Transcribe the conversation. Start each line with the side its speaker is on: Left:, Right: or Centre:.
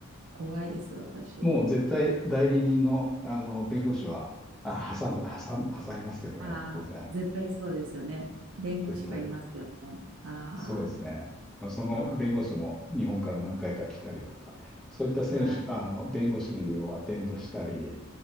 Right: 怖いです、私。
Centre: もう絶対代理人の、あの弁護士はあ挟んで、挟ん、挟みますけどね、
Right: ああ、
Centre: 当然。
Right: 絶対そうですよね。弁護士がいますよね。
Centre: 絶対。
Right: あ
Centre: そうですね。その弁護士も日本から何回か来たりとか、
Right: あ、あ
Centre: そういった選手、
Right: あ、はい。
Centre: あの弁護士をアテンドしたり、